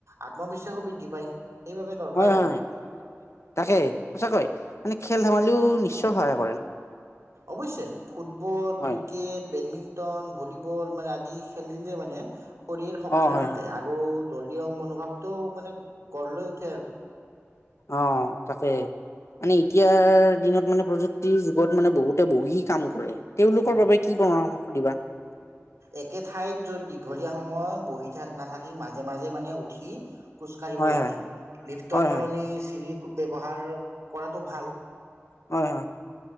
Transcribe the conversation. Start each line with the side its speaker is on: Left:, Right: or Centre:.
Right: আত্মবিশ্বাসো বৃদ্ধি পায়। সেইবাবে দৰকাৰ
Left: হয়
Right: আৰু
Left: হয়, তাকে সঁচাকৈ মানে খেল ধমালিও নিশ্চয় হয় আৰু
Right: অৱশ্যে ফুটবল,
Left: হয়
Right: ক্ৰিকেট, বেডমিণ্টন তন ভলীবল মানে আদি খেলিলে মানে শৰীৰ সক্ৰিয়
Left: অ হয়
Right: থাকে
Left: হয়
Right: আৰু দলীয় মনোভাৱটো মানে গঢ় লৈ উঠে আৰু।
Left: অ' তাকে মানে এতিয়াৰ দিনত মানে প্ৰযুক্তিৰ যুগত মানে বহুতে বহি কাম কৰে। তেওঁলোকৰ
Right: উম।
Left: বাবে কি পৰামৰ্শ? দিবা।
Right: একে ঠাইত যত দীঘলীয়া সময় বহি থ নাথাকি মাজে মাজে, মানে উঠি খোজ কঢ়িব
Left: হয়
Right: লাগে।
Left: হয় হয়
Right: লিফ্টৰ
Left: হয়
Right: সলনি
Left: হয়
Right: চিৰি ব্যবহাৰ কৰাটো ভাল।
Left: হয় হয়,